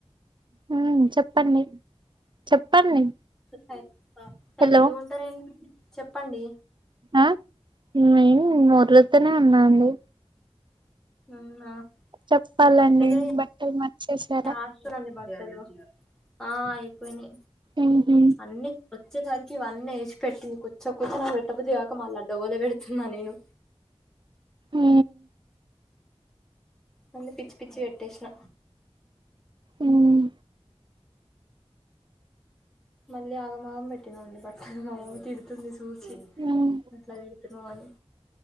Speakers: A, on the right (about 45°); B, in the centre.
A: హు చెప్పండి చెప్పండి
B: సై సైలెంటుగా
A: హలో
B: ఉంటారు ఎం చెప్పండి
A: ఆ నేను ఒర్రూతునే ఉన్నాను
B: అవునా
A: చెప్పాలండి
B: ఈ బట్టలే
A: బట్టలు మర్చేసారా
B: యాష్ట అండి బట్ హెలో ఆ అయిపోయిని
A: ఉహు
B: అన్ని వచ్చేసరికి ఇవన్నీ ఏసి పెట్టింది కూర్చొపోతే నా పెట్టబుద్ది గాక మళ్ళ లడ్డగలే పెడుతున్నా నేను
A: హు
B: అన్ని పిచ్చి పిచ్చి పేట్టేసిన
A: ఉమ్
B: మళ్ళీ ఆగంమాగం పెట్టినండి బట్టలు మా మమ్మీ తిడుతుంది చూసి
A: ఉమ్
B: అట్లా పెడుతున్నావ్ అని